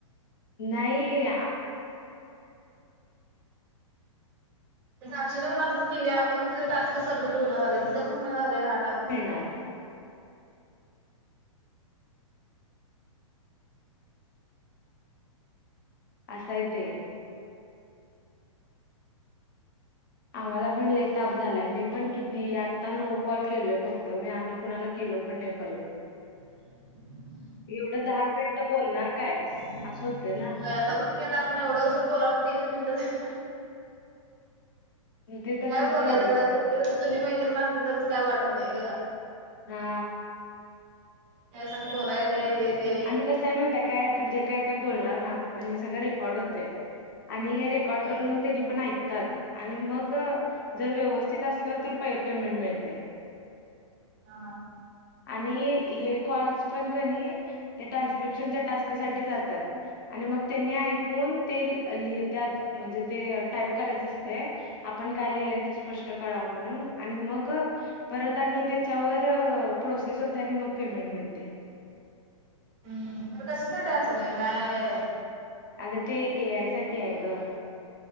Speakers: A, on the left; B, on the right.
A: नाही
B: साक्षी पण अस कल्या म्हून त टास्क सबमिट हो झाले तिं पण हो तासग
A: मिळणार
B: <inaudible>
A: असाय ते आम्हाला पण लई ताप झालाय मी पण किती आत्ता नऊ कॉल केलोय फक्त मी आणि कुणाला केल पण नाही परतत
B: <inaudible>
A: एवढं दहा मिनिट बोलणार काय
B: होता
A: असं होतंय ना
B: म किता म्ह ओडा उसर बोलाला तीन मनिट
A: मग ते तसंच
B: काय बोलाय
A: प्रॉब्लेम
B: ददा कुठले तु्ही माहिती असते तर त काय वाटत नाही ग
A: हा
B: त्या संग बोलाय ते हे ते
A: आणि कस आहे माहीत काय आता जे काय आता बोलणार ना आपण हे सगळं रेकॉर्ड होतय आणि रेकॉर्ड
B: होय
A: करून त्यांनी पण ऐक आणि मग जर व्यवस्थित असलं तर पेमेंट मिळते
B: हा
A: आणि हे कॉल्स पण काणी ट्रान्सलेशन टास्क साठी जातात आणि मग तिने ऐक कोण ते लिह त्यात म्हणजे ते टाईप करायच असते आपण काय लिहिलं ते स्पष्ट कळाव म्हणून मग परत आणि त्याच्यावर प्रोसेस होत आणि मग पेमेंट हो ते
B: मग कशासाठी असेल हे काय
A: अगं एआय साठी आहे ग